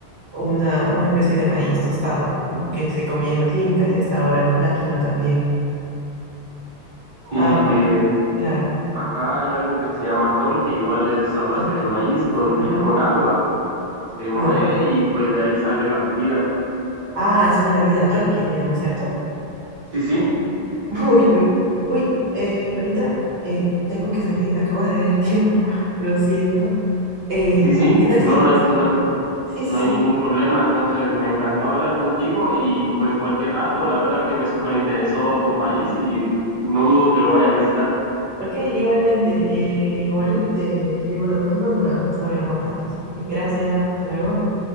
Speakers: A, on the right; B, on the right.
A: una, una especie de maíz tostado, ¿no? Que se comían los incas y hasta ahora, ¿no? La quinoa también.
B: Sí,
A: Ah,
B: eh,
A: claro,
B: acá hay algo que se llama tol, que igual es a base
A: tolqui.
B: de maíz con,
A: Ajá.
B: con agua, se
A: Ah,
B: muele y pues de ahí sale la bebida.
A: ah, es una bebida tolqui, se llama, ¿cierto?
B: Sí, sí,
A: <laughs> Uy, uy, uy, eh, ahorita eh, tengo que salir, acabo de ver el tiempo, <laughs> lo siento. Eh,
B: sí, sí,
A: ¿qué tal?
B: no,
A: Sí,
B: no hay,
A: sí,
B: no hay-
A: sí, sí,
B: No
A: sí.
B: hay ningún problema, entonces me encantó hablar contigo y pues cualquier rato, la verdad que me súper interesó tu país y no dudo que lo vaya a visitar.
A: Ok, igualmente, eh, igual te escribo la próxima para saber más datos. Ok, Gracias, hasta luego.